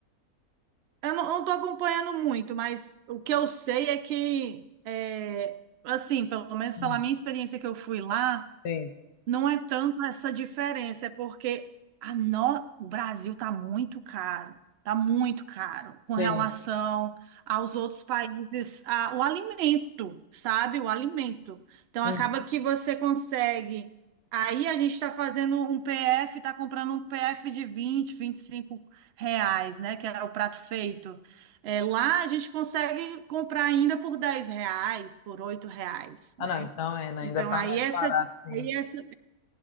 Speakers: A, on the right; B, on the left.
A: Eu não, eu não tô acompanhando muito, mas o que eu sei é que, é, assim, pelo menos
B: Hum,
A: pela minha experiência que eu fui lá,
B: Sim,
A: Não é tanto essa diferença, é porque a no... o Brasil está muito caro, está muito caro com relação
B: sim.
A: aos outros países, a- o alimento, sabe? O alimento. Então
B: Hum.
A: acaba que você consegue. Aí a gente está fazendo um PF, está comprando um PF de vinte vinte e cinco reais, né? Que é o prato feito. É, lá a gente consegue comprar ainda por 10 reais, por 8 reais,
B: Ah,
A: né?
B: não, então ainda,
A: Então
B: ainda tá
A: aí
B: mais
A: essa.
B: barato, sim.
A: Aí essa